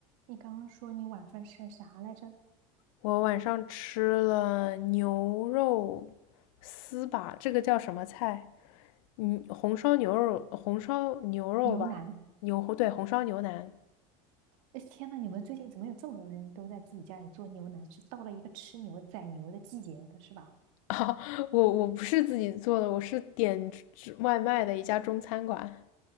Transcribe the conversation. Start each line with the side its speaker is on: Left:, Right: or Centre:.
Right: 你刚刚说你晚饭吃了啥来着？
Left: 我晚上吃了牛肉丝吧，这个叫什么菜？嗯，红烧牛肉，红烧牛肉吧，
Right: 牛腩。
Left: 牛，对，红烧牛腩。
Right: 哎，天呐，你们最近怎么有这么多人都在自己家里做牛腩？是到了一个吃牛宰牛的季节了，是吧？
Left: <laughs> 啊，我我不是自己做的，我是点吃外卖的一家中餐馆。